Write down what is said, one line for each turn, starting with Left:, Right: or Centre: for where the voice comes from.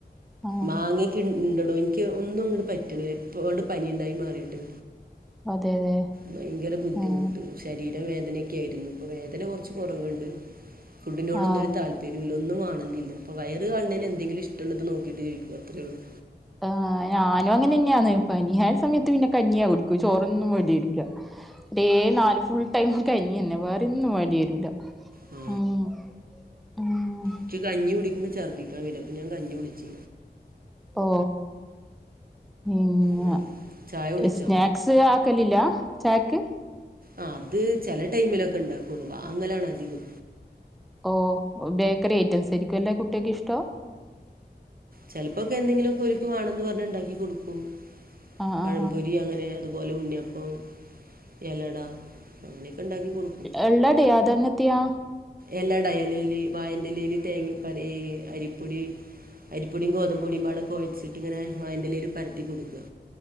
Centre: ആ
Right: മങ്ങി എനിക്ക് ഇണ്ടെടോ എനിക്ക് ഒന്നും അങ്ങോട് പറ്റണില്ല ഇപ്പോണ്ട് പനിണ്ടായി മാറിയിട്ട്
Centre: അതെ അതെ
Right: ഭയങ്കര ബുദ്ധിമുട്ട്
Centre: ഉം
Right: ശരീരം വേദനൊക്കെ ആയിരുന്നു ഇപ്പൊ വേദന കൊറച്ച് കൊറവിണ്ട് ഫുഡിനോടൊന്നും
Centre: ആ
Right: ഒരു താല്പ എരുവിന് ഒന്നും കാണുന്നില്ലാ അപ്പം വയറ് കാണുന്നതിന് എന്തെങ്കിലും ഇഷ്ടുള്ളത് നോക്കീട്ട് കഴിക്ക അത്രേയുള്ളൂ
Centre: ആ ഞാനും അങ്ങനെ നന്നെയാണ്. പനിയായ സമയത്ത് പിന്നെ കഞ്ഞിയാ കുടിക്കും. ചോറൊന്നും വേണ്ടി വരുല്ലാ. എയ്‌ നാല് ഫുൾ ടൈം കഞ്ഞി തന്നെ. വേറെ ഒന്നും വേണ്ടി വരൂലാ.
Right: ആ
Centre: ഉം. ഉം
Right: എനിക്ക് കഞ്ഞി കുടിക്കുമ്പോ ഛർദ്ദിക്കാൻ വരും അപ്പോ ഞാൻ കഞ്ഞി കുടിച്ചി
Centre: ഓ പിന്ന
Right: ആ, ചായ കുടിച്ചോ
Centre: സ്നാക്സ്, <unintelligible> ആക്കലില്ലാ ചായക്ക്?
Right: ആ അത് ചെല ടൈമിലൊക്കെ ഇണ്ടാക്കുള്ളു. വാങ്ങലാണ് അധികം.
Centre: ഓഹ് ബേക്കറി ഐറ്റംസ് ആരിക്കൂല്ലേ കുട്ടിക്ക് ഇഷ്ടോ
Right: ചെലപ്പോക്കെ എന്തെങ്കിലുമൊക്കെ പൊലിപ്പ് വാണംന്ന്‌ പറഞ്ഞ ഇണ്ടാക്കി കൊടുക്കും.
Centre: ആ
Right: പഴംപൊരി
Centre: ആ
Right: അങ്ങനെ അതുപോലെ ഉണ്ണിയപ്പം. എലട അങ്ങനെയൊക്കെ ഇണ്ടാക്കി കൊടുക്കും
Centre: എള്ളടയാ അതങ്ങത്തെയാ
Right: എലട എലേല് വായേൻ്റെലേല് തേങ്ങ <unintelligible> അരിപ്പൊടി. അരിപ്പൊടിയും ഗോതമ്പ്പൊടിയും മ്പാട് കൊഴച്ചിട്ടിങ്ങനെ, വായേൻ്റെ ഇലയിൽ പരത്തി കൊടുക്കുക.